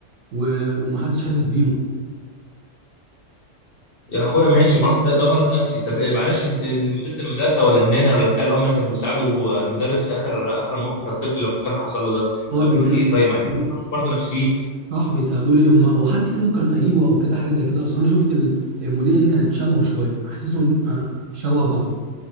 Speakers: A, on the right; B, on the left.
A: و- ومحدش حاسس بيهم
B: يا اخويا ماشي مرض ده, ده مرض نفسي طب إيه، معلش مديره المدرسه ولا النانا ولا بتاع اللي هم كانوا بيساعدوا المدرس في اخر اخر الموقف للطفل لو كان حصل له ده
A: هو
B: طب
A: بيسا...
B: دول ايه طيب ما أكيد
A: بي-
B: دول مرضى نفسيين
A: صح بيساعدوه ليه هما هو حد فيهم كان قريبه أو كده حاجة زي كده أصلا أنا شفت ال- المديرة دي كانت شبهه شوية حاسسهم آه، شبه بعض